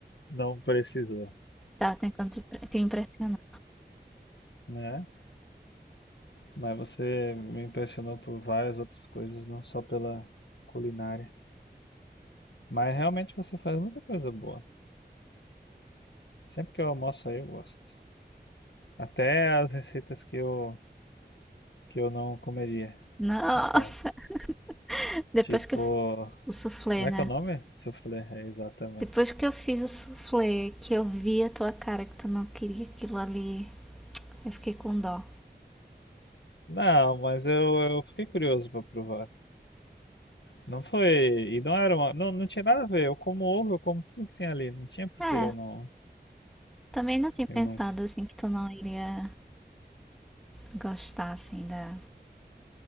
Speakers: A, on the left (about 85°); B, in the centre.
A: não precisou,
B: Tava tentando te te impressionar.
A: né? Mas você me impressionou por várias outras coisas, não só pela culinária. Mas realmente você faz muita coisa boa. Sempre que eu almoço aí, eu gosto. Até as receitas que eu, que eu não comeria
B: Nossa,
A: em casa.
B: <laughs> depois
A: Tipo,
B: que eu fiz o soufflé,
A: como
B: né?
A: é que é o nome? Soufflé, é, exatamente.
B: Depois que eu fiz o soufflé, que eu vi a tua cara que tu não queria aquilo ali, eu fiquei com dó.
A: Não, mas eu, eu fiquei curioso pra provar. Não foi. E não era uma. Não, não tinha nada a ver. Eu como ovo, eu como tudo que tem ali. Não tinha por
B: É,
A: que eu não,
B: também não tinha pensado
A: Eu não.
B: assim que tu não iria gostar assim da.